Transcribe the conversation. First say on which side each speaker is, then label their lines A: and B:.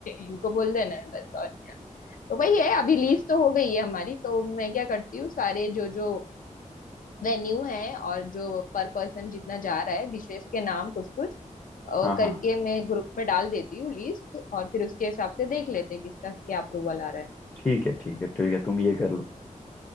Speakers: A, on the left; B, on the left.
A: इनको बोल देना है बस और क्या तो भाई है अभी लीज तो हो गई है हमारी तो मैं क्या करती हूँ सारे जो जो वेन्यू है और जो पर पर्सन जितना जा रहा है डिशेस के नाम कुछ कुछ और
B: हाँ
A: करके
B: हाँ
A: मैं ग्रुप में डाल देती हूँ लिस्ट और फिर उसके हिसाब से देख लेते हैं किसका क्या अप्रूवल आ रहा है
B: ठीक है ठीक है ठीक है तुम ये कर लो